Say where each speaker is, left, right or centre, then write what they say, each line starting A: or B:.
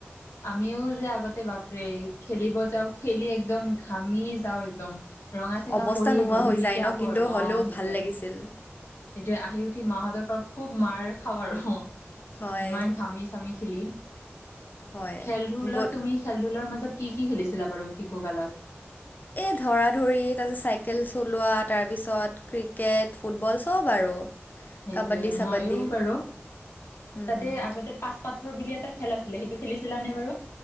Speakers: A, on the left; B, on the left.
A: আমিও যে আগতে বাপৰে খেলিব যাও খেলি একদম ঘামি যাও একদম ৰঙা চিঙা
B: অৱস্থা
A: পঢ়ি
B: নোহোৱা
A: গধূলিকে
B: হৈ যায় ন
A: আহো
B: কিন্তু
A: আৰু
B: হ'লেও
A: অ সেইটোৱে
B: ভাল লাগিছিল
A: এতিয়া আহি উঠি মাহঁতৰ পৰা খুব মাৰ খাওঁ আৰু অ
B: হয়
A: ইমান ঘামি চামি খেলি
B: হয়
A: খেল ধুলত
B: গধ
A: তুমি খেল ধূলৰ মাজত কি কি খেলিছিলা বাৰু শিশু কালত
B: এই ধৰা ধৰি তাৰপিছত চাইকেল চলোৱা তাৰপিছত ক্ৰিকেট ফুটবল চব আৰু
A: সেইটোয়ে
B: কাবাডী চাবাডী
A: মইও বাৰু
B: উম
A: তাতে আগতে পাচ পথৰ বুলি এটা খেল আছিলে সেইটো খেলিছিলা নে বাৰু